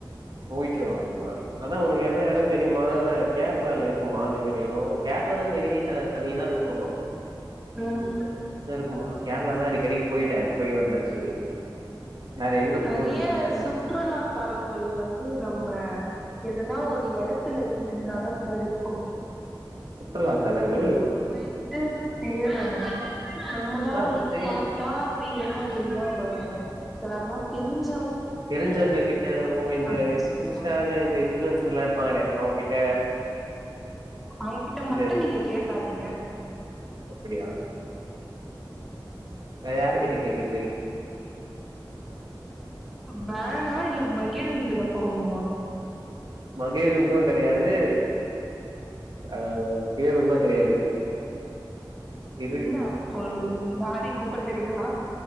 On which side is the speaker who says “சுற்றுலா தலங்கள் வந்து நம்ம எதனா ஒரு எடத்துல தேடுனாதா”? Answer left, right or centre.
Centre